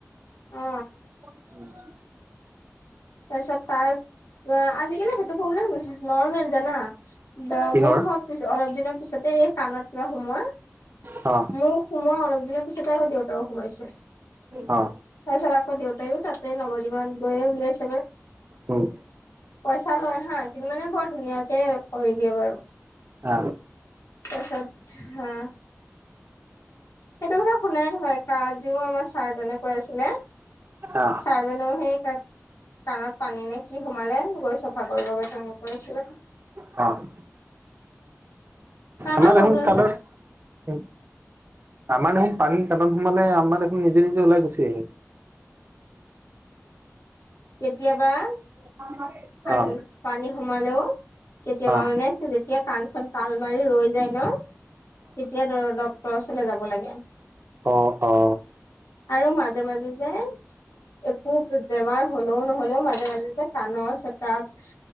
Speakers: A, on the left (about 70°); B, on the right (about 40°).
A: অ।
B: <unintelligible> উম।
A: তাৰপিছত তাৰ আ আজি-কালি সেইটো প্ৰব্লেম <unintelligible> নৰ্মেল জানা। দা
B: কিহৰ
A: মোৰ হ পিছ অলপ দিনৰ পিছতে এই কাণত কিবা সোমোৱা।
B: অ।
A: মোৰ সোমোৱা অলপ দিনৰ পিছতে আকৌ দেউতাও সোমাইছে।
B: অ।
A: তাছত আক' দেউতাইও তাতে নৱজীৱনত গৈয়ে উলিয়াইছ
B: উম
A: <unintelligible> পইচা লয় হা, কিন্তু মানে বৰ ধুনীয়াকে কৰি দিয়ে বাৰু।
B: আ।
A: তাছত হা সেইটো কথা শুনাই নহয়। আজিও আমাৰ ছাৰজনে কৈ আছিলে,
B: আহ
A: ছাৰজনেও সেই ক কাণত পানী নে কি সোমালে, গৈ চফা কৰিব গৈ <unintelligible>
B: অ'।
A: কাণৰ
B: আমাৰ দেখোন
A: প্ৰব্লেমটো
B: <unintelligible> আমাৰ দেখোন পানী কাণত সোমালে আমাৰ দেখোন নিজে-নিজে ওলাই গুচি আহিল।
A: কেতিয়াবা
B: <unintelligible>
A: কাণ
B: অ'।
A: পানী সোমালেও। কেতিয়াবা
B: অ', অ',
A: মানে যেতিয়া কাণখন তাল মাৰি ৰৈ যায় ন, তেতিয়া <unintelligible> ডক্টৰৰ ওচৰলে যাব লাগে।
B: অ', অ'।
A: আৰু মাজে- মাজে যে, একো বেমাৰ হ'লেও নহ'লেও মাজে মাজে যে কাণৰ চেকাপ,